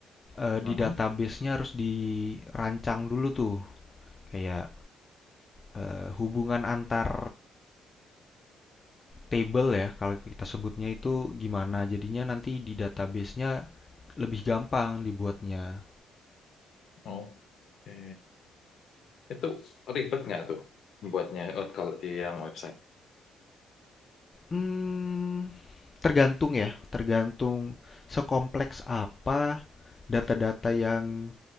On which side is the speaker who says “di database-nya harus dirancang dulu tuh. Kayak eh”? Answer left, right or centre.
Left